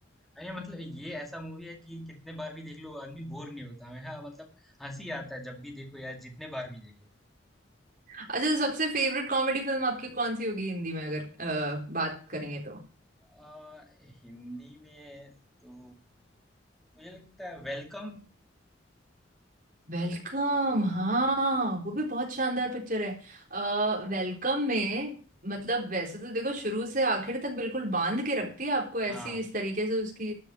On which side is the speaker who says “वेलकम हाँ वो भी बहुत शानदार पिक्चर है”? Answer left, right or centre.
Right